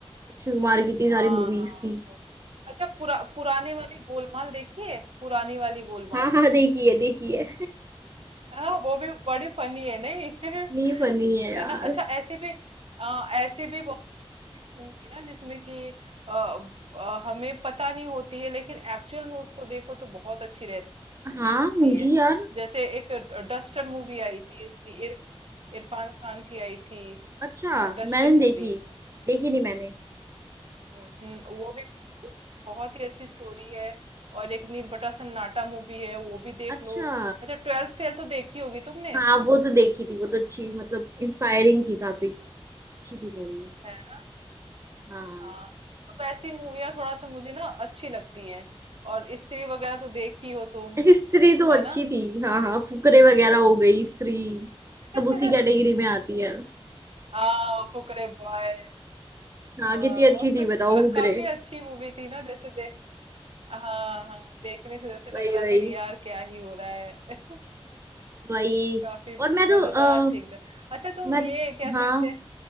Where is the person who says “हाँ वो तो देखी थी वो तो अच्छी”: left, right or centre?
Right